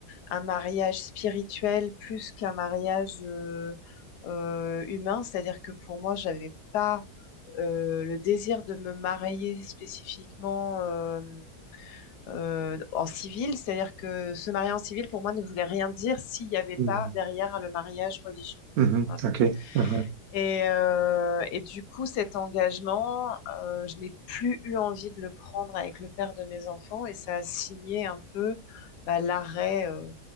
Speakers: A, on the left; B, on the right.
A: un mariage spirituel plus qu'un mariage euh, euh, humain. C'est-à-dire que pour moi, j'avais pas euh, le désir de me marier spécifiquement euh, euh, en civil. C'est-à-dire que se marier en civil, pour moi, ne voulait rien dire s'il n'y avait
B: mhm,
A: pas derrière le mariage religieux.
B: mhm,
A: Voilà.
B: OK. Aha,
A: Et, euh, et du coup, cet engagement, euh, je n'ai plus eu envie de le prendre avec le père de mes enfants et ça a signé un peu bah, l'arrêt euh,